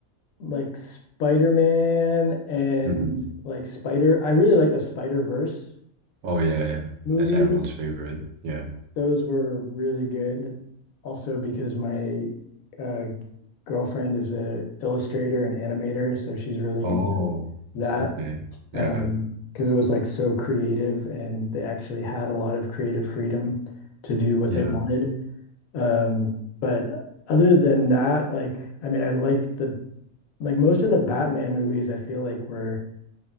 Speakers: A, on the left; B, on the right.
A: like Spider-Man and
B: hmm
A: like Spider I really like the Spider-Verse
B: Oh yeah, yeah.
A: movies
B: That's everyone's favorite. Yeah.
A: those were really good also because my uh girlfriend is a illustrator and animator, so she's really
B: Oh,
A: into that.
B: okay. Yeah.
A: Um, because it was like so creative and they actually had a lot of creative freedom to do what
B: Yeah.
A: they wanted. Um, but other than that, like, I mean, I liked the like most of the Batman movies, I feel like were